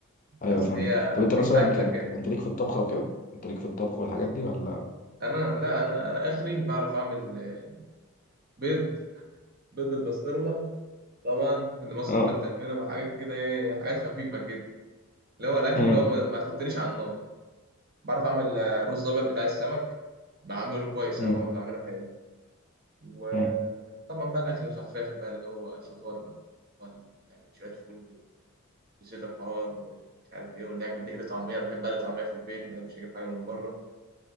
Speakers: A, on the left; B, on the right.
A: أيوه
B: اصل
A: فاهمك
B: هي
A: طب أنت
B: مش
A: مثلا
B: اكله
A: أنت أنت,
B: كده
A: انت ليك في الطبخ أو كده؟ أنت ليك في الطبخ والحاجات دي ولا؟
B: انا لا انا انا اخري بعرف اعمل آه، بيض بيض بالبسطرمه طبعا اللي مصر
A: أه
B: كلها بتعمله وحاجات كده ايه حاجات خفيفه كده اللي هو الاكل
A: مم.
B: اللي هو ما ما تحطنيش على النار بعرف أعمل آه، رز أبيض بتاع السمك بعمله كويس
A: مم.
B: أهو بعمله حلو وطبعا
A: مم.
B: بقى الأكل الخفاف بقى اللي هو الفطار بقى هو ال- يعني شوية فول بال- بزيت الحار ومش عارف إيه ونعمل نقل طعمية أنا بحب أقلي طعمية في البيت ما بحبش أجيب حاجة من بره